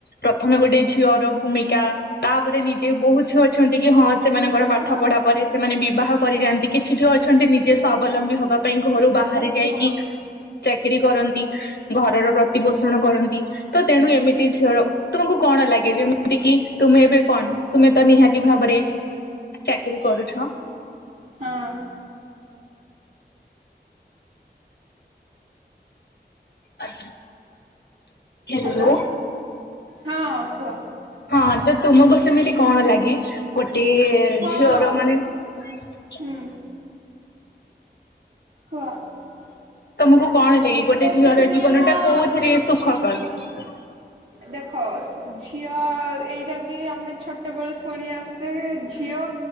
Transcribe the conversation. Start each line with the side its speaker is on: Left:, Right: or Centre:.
Left: ପ୍ରଥମେ ଗୋଟେ । ଝିଅର ଭୂମିକା ତାପରେ ନିଜେ ବହୁତ । କି ହଁ ସେମାନଙ୍କର
Right: ନି
Left: ପାଠ
Right: ହଁ।
Left: ପଢା ପରେ ସେମାନେ ବିବାହ କରି ଯାଆନ୍ତି କିଛି ଯୋଉ ଅଛନ୍ତି ନିଜେ ସ୍ୱାବଲମ୍ବୀ ହବ । ବାବା ପାଇଁ
Right: ନିଜେ
Left: ଘରୁ ବାହାରି
Right: ସବୁ
Left: ଯାଇକି
Right: ହଁ
Left: ଚାକିର କରନ୍ତି ଘରର ପ୍ରତିପୋଷଣ କରନ୍ତି ତ ତେଣୁ ଏମିତି ଝିଅ ତମକୁ କଣ ଲାଗେ ଯେମିତି କି । କଣ ତୁମେ ତ ନିହାତି ଭାବରେ ଚାକିରୀ କରୁଛ ।
Right: ହଁ।
Left: ଆ ହ।
Right: ହ୍ୟାଲୋ ହଁ କୁହ।
Left: ହଁ ତ ତୁମକୁ ସେମିତି କଣ ଲାଗେ ଗୋଟେ । ଏ
Right: ହଁ
Left: ଝିଅର ମାନେ ।
Right: ହୁଁ କହ ।
Left: ତମକୁ କଣ ଲାଗେ ଗୋଟେ ଝିଅର
Right: ସେମିତି
Left: ଜୀବନ
Right: ହଁ
Left: ଟା କୋଉଥିରେ ସୁଖକର ।
Right: ଦେଖ । ଝିଅ ଏଇଟା ବି ଆମେ ଛୋଟବେେଳୁ ଶୁଣି ଆସୁଛେ ଝିଅ